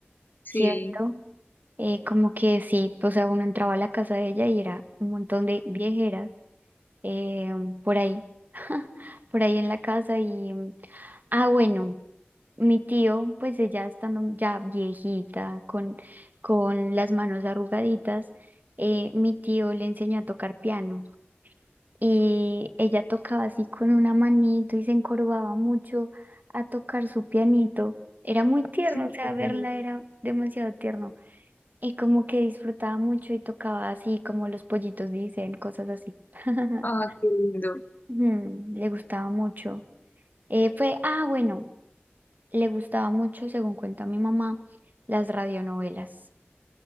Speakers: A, on the left (about 50°); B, on the right (about 45°).
A: Sí,
B: ¿cierto? Eh, como que sí, o sea, uno entraba a la casa de ella y era un montón de viejeras eh, por ahí, <laughs> por ahí en la casa y... Ah, bueno, mi tío, pues ella estando ya viejita, con, con las manos arrugaditas, eh, mi tío le enseñó a tocar piano y ella tocaba así con una manito y se encorvaba mucho a tocar su pianito. Era muy tierno,
A: sí. un
B: o sea,
A: poco.
B: verla era demasiado tierno y como que disfrutaba mucho y tocaba así como los pollitos dicen, cosas así. <laughs>
A: Ah, qué lindo.
B: Mm, le gustaba mucho. Eh, fue, ah, bueno. Le gustaba mucho, según cuenta mi mamá, las radionovelas.